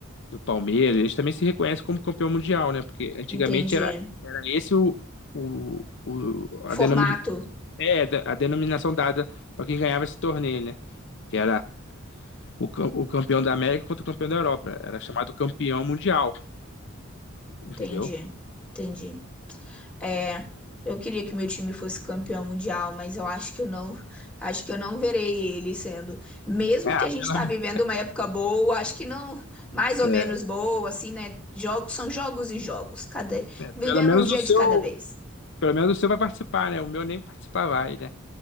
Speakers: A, on the left (about 60°); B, in the centre.
A: do Palmeiras, eles também se reconhecem como campeão mundial, né? Porque antigamente
B: entendi.
A: era, era esse o, o, o- a
B: Formato,
A: denom- é, da- a denominação dada para quem ganhava esse torneio, né? Que era o, cam- o campeão da América contra o campeão da Europa. Era chamado campeão mundial, entendeu?
B: entendi, entendi. É, eu queria que meu time fosse campeão mundial, mas eu acho que eu não, acho que eu não verei ele sendo. Mesmo
A: É,
B: que a
A: pelo,
B: gente tá vivendo uma época boa, acho que não, mais ou
A: É.
B: menos boa, assim, né? Jogos são jogos e jogos, cada,
A: é, pelo
B: vivendo
A: menos
B: um dia
A: o seu,
B: de cada vez.
A: pelo menos o seu vai participar, né? O meu nem participar vai, né?